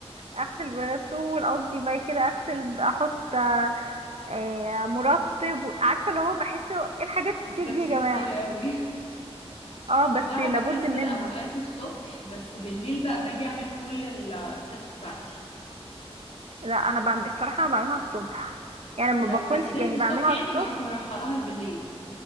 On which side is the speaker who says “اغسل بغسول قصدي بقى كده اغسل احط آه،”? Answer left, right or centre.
Right